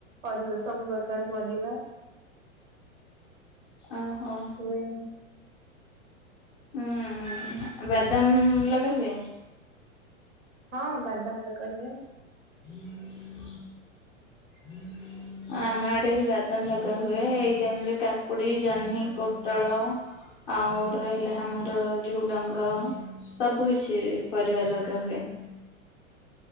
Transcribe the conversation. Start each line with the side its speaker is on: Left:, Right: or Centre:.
Right: ପରିବା ସବୁ ପ୍ରକାର ପରିବା
Left: ଓହୋ।
Right: ହୁଏ।
Left: ହୁଁ ବାଦାମ ଲଗେଇ ହୁଏ।
Right: ହଁ ବାଦାମ ଲଗା ହୁଏ।
Left: ହୁଁ ହୁଁ ଆମ ଆଡେ ବି ବାଦାମ ଲଗା ହୁଏ। ଏଇ ଟାଇମ୍ ରେ କାକୁଡି, ଜହ୍ନି, ପୋଟଳ ଆଉ ରହିଲା ଆମର ଝୁଡ଼ଙ୍ଗ ସବୁ କିଛି ପରିବା ଲଗା ହୁଏ।